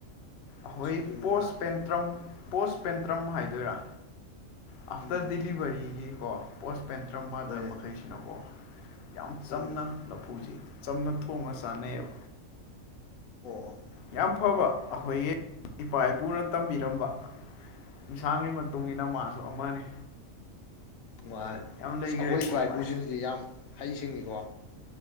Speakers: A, on the left (about 60°); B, on the left (about 75°).
A: ꯑꯍꯣꯏ
B: ꯑꯁ ꯑꯗꯨꯅꯤꯅ
A: ꯄꯣꯁꯄꯦꯟꯇ꯭ꯔꯝ ꯄꯣꯁꯄꯦꯟꯇ꯭ꯔꯝ ꯍꯥꯏꯗꯣꯏꯔꯥ ꯑꯥꯐꯇꯔ
B: ꯎꯝ
A: ꯗꯤꯂꯤꯚꯔꯤꯒꯤ ꯀꯣ ꯄꯣꯁꯄꯦꯟꯇ꯭ꯔꯝ ꯃꯥꯔꯗꯔ
B: ꯍꯣꯏꯅꯦ
A: ꯃꯈꯩꯁꯤꯅꯀꯣ ꯌꯥꯝ
B: ꯎꯝ
A: ꯆꯝꯅ ꯂꯐꯨꯖꯦ ꯆꯝꯅ ꯊꯣꯡꯉ ꯆꯥꯅꯩꯌꯦꯕ
B: ꯑꯣ ꯑꯣ
A: ꯌꯥꯝ ꯐꯕ ꯑꯈꯣꯏꯒꯤ ꯏꯄꯥ ꯏꯄꯨꯅ ꯇꯝꯕꯤꯔꯝꯕ ꯏꯟꯁꯥꯡꯒꯤ ꯃꯇꯨꯡ ꯏꯟꯅ ꯃꯥꯟ ꯁꯨ ꯑꯃꯅꯤ
B: ꯃꯥꯏ
A: ꯌꯥꯝ ꯂꯩꯈꯔꯦꯀꯣ
B: ꯑꯁ ꯑꯈꯣꯏ ꯏꯄꯥ ꯏꯄꯨꯁꯤꯡꯁꯤ
A: ꯚꯥꯏ
B: ꯌꯥꯝ ꯍꯩꯁꯤꯡꯉꯤꯀꯣ